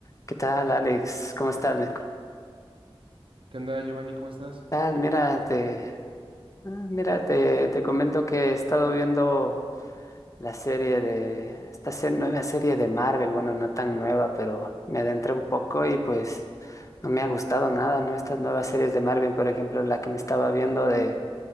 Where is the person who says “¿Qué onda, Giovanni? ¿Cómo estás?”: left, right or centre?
Right